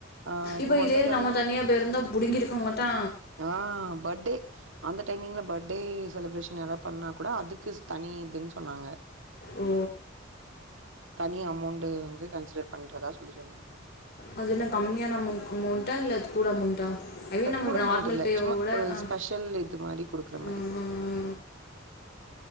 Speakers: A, on the right; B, on the left.
A: ஆ
B: இப்ப இதே
A: ஒண்டர்லாலாம்
B: இது நம்ம தனியா போயிருந்தா புடுங்கிருக்க மாட்டா
A: ஆ பட் டே அந்த டைமிங்ல பர்டே செலிப்ரேஷன் எதாது பண்ணா கூட அதுக்குஸ் தனி இதுன்னு சொன்னாங்க
B: ஓ
A: தனி அமௌண்ட் வந்து கன்செட்ர் பண்றதா சொல்லி சொன்னாங்க
B: அது என்ன கம்மியான அமௌண் அமௌண்ட்டா இல்ல அது கூட அமௌண்ட்டா ஐ மீன் நம்ம
A: கூட அமௌண்ட்
B: நார்மல்
A: இல்ல
B: பேவோட
A: சும்மா ஒரு
B: ஆ
A: ஸ்பெஷல் இது மாரி குடுக்கற மாரி
B: ஆ ஆ ஆ